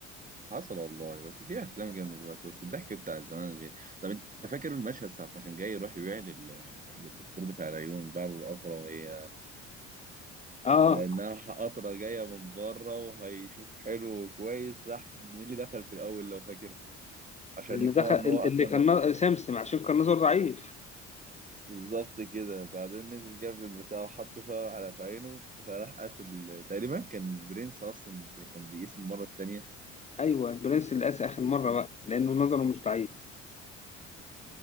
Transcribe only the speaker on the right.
حصل والله بس في افلام جامده دلوقتي بس الضحك بتاع زمان غير طب انت فاكر المشهد ساعه ما كان جاي يروح يبيع لل... للدكتور بتاع العيون بعد القطره وهي
على انها قطره جايه من بره وهيشوف حلو وكويس راح مين اللي دخل في الاول لو فاكر عشان
يقنعه
ان
هو
اصلا
بالظبط كده بعدين نزل جاب البتاع وحط فيها على في عينه فراح قاس ال- تقريبا كان البرنس اصلا اللي كان بيقيس المره التانيه